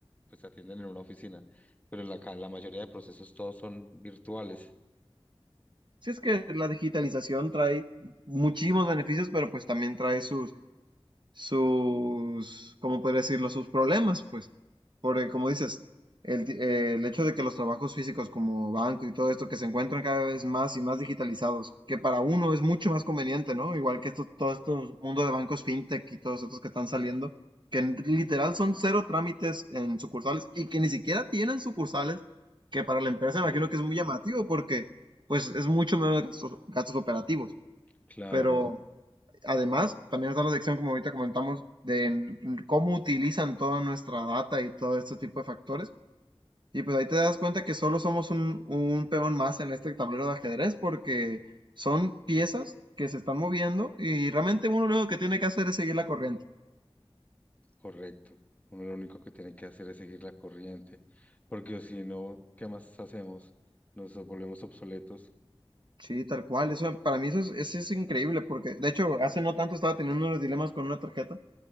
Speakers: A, on the left; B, on the right.
A: pues se atienden en una oficina. Pero la, ca- la mayoría de procesos todos son virtuales.
B: Sí, es que la digitalización trae muchísimos beneficios, pero pues también trae sus, sus, ¿cómo podría decirlo? Sus problemas, pues. Porque, como dices, el, ti- eh, el hecho de que los trabajos físicos como banco y todo esto que se encuentran cada vez más y más digitalizados, que para uno es mucho más conveniente, ¿no? Igual que estos, todo estos mundo de bancos fintech y todos estos que están saliendo, que en- literal son cero trámites en sucursales y que ni siquiera tienen sucursales, que para la empresa
A: Sí,
B: imagino que es muy llamativo porque pues es mucho menos gastos, gastos operativos.
A: claro.
B: Pero además, también está la sección, como ahorita comentamos, de cómo utilizan toda nuestra data y todo este tipo de factores. Y pues ahí te das cuenta que solo somos un, un peón más en este tablero de ajedrez porque son piezas que se están moviendo y realmente uno lo que tiene que hacer es seguir la corriente.
A: Correcto. Uno lo único que tiene que hacer es seguir la corriente, porque si no, ¿qué más hacemos? Nos volvemos obsoletos.
B: Sí, tal cual. Eso para mí eso es, eso es increíble porque de hecho hace no tanto estaba teniendo unos dilemas con una tarjeta